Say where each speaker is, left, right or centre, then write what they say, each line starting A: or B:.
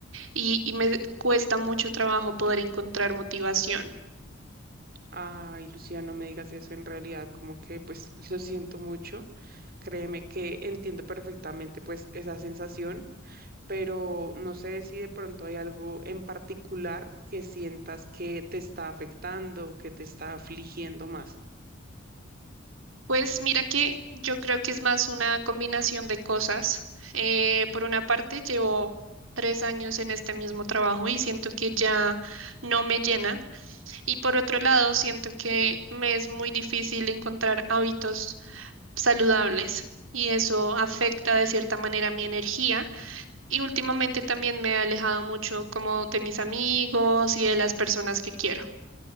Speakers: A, on the right; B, on the right.
A: y, y me cuesta mucho trabajo poder encontrar motivación.
B: Ay, Lucía, no me digas eso. En realidad, como que pues <laughs> lo siento mucho. Créeme que entiendo perfectamente pues esa sensación, pero no sé si de pronto hay algo en particular que sientas que te está afectando, que te está afligiendo más.
A: Pues mira que yo creo que es más una combinación de cosas. Eh, por una parte, llevo tres años en este mismo trabajo y siento que ya no me llena. Y por otro lado, siento que me es muy difícil encontrar hábitos saludables y eso afecta de cierta manera mi energía. Y últimamente también me he alejado mucho como de mis amigos y de las personas que quiero.